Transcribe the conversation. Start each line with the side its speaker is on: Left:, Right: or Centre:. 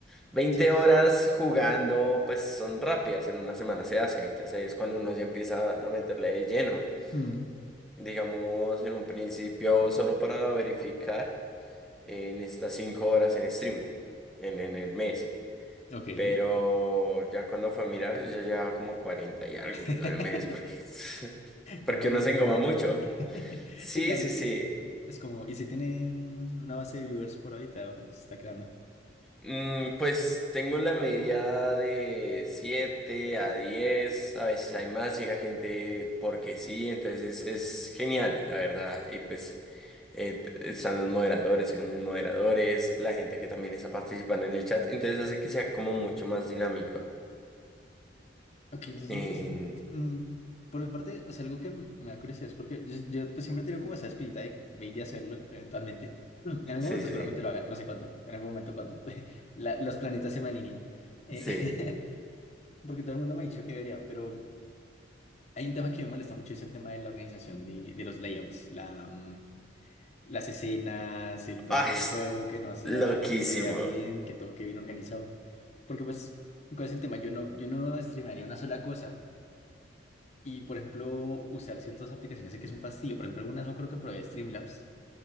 Centre: veinte
Left: Ches.
Centre: horas jugando, pues son rápidas, en una semana se hace. Entonces ahí es cuando uno ya empieza a meterle de lleno.
Left: Mm,
Centre: Digamos, en un principio, solo para verificar, en necesitas 5 horas en stream, en, en el mes.
Left: ok.
Centre: Pero ya cuando fue a mirar, yo ya llevaba como 40 y algo
Left: <laughs> <laughs>
Centre: en todo el mes, porque, <laughs> porque
Left: No me
Centre: uno
Left: di
Centre: se
Left: ni
Centre: engoma
Left: cuenta
Centre: mucho.
Left: cuándo. y- <laughs>
Centre: Sí,
Left: Sí, claro,
Centre: sí,
Left: es
Centre: sí.
Left: que es como, ¿y si tiene mm, una base de viewers por ahorita o se está creando?
Centre: Mm, pues tengo la media de 7 a 10 a veces hay más, llega gente porque sí, entonces es, es genial, la verdad. Y pues eh, t- están los moderadores, tengo mis moderadores, la gente que también está participando en el chat, entonces hace que sea como mucho más dinámico.
Left: Ok, eso es
Centre: En-
Left: interesante. Mm, por mi parte, o sea, algo que m- me da curiosidad es porque yo, yo, pues, siempre he tenido como esa espinita de maybe hacerlo eventualmente. <clears throat> Mm, En algún
Centre: Sí,
Left: momento
Centre: sí,
Left: seguramente
Centre: sí.
Left: lo hagan, no sé cuándo, en algún momento cuando <laughs> la- los planetas se me alineen. Eh,
Centre: <laughs> Sí.
Left: <laughs> porque todo el mundo me ha dicho que debería, pero hay un tema que me molesta mucho, es el tema de la organización de, de los layouts, la, mm, las escenas, el dónde
Centre: Ah,
Left: poner
Centre: es
Left: el juego, que no sea,
Centre: loquísimo.
Left: que se vea bien, que todo quede bien organizado. Porque pues, ¿cuál es el tema? Yo no, yo no streamearía una sola cosa y, por ejemplo, usar ciertas aplicaciones sé que es un fastidio. Por ejemplo, algunas no creo que probé Streamlabs